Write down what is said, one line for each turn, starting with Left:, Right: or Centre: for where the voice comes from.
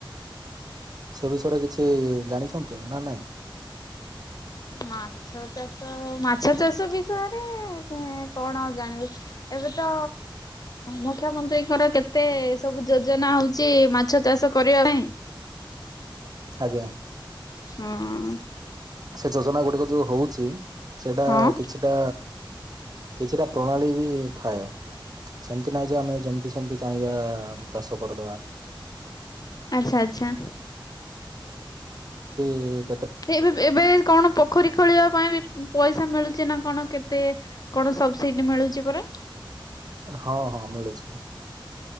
Right: ସେ ବିଷୟରେ କିଛି ଜାଣିଛନ୍ତି ନା ନାଇଁ।
Left: ମାଛ ଚାଷ ମାଛ ଚାଷ ବିଷୟରେ କଣ ଆଉ ଜାଣିବି ଏବେ ତ ମୁଖ୍ୟମନ୍ତ୍ରୀଙ୍କର କେତେ ସବୁ ଯୋଜନା ହଉଛି ମାଛ ଚାଷ କରିବା ପାଇଁ।
Right: ଆଜ୍ଞା।
Left: ହଁ
Right: ସେ ଯୋଜନା ଗୁଡିକ ଯୋଉ ହଉଛି ସେଇଟା
Left: ହଁ
Right: କିଛିଟା କିଛିଟା ପ୍ରଣାଳୀ ବି ଥାଏ ସେମିତି ନହିଁ ଯେ ଆମେ ଯେମତି ସେମିତି ଚାହିଁବା ଚାଷ କରିଦବା।
Left: ଆଛା ଆଛା।
Right: କିଏ?
Left: ବେ ଏବେ କଣ ପୋଖରୀ ଖୋଳିବା ପାଇଁ ବି ପଇସା ମିଳୁଛି ନା କଣ କେତେ? କଣ ସବସିଡି ମିଳୁଛି ପରା।
Right: ହଁ ହଁ ମିଳୁଛୁ ହଁ।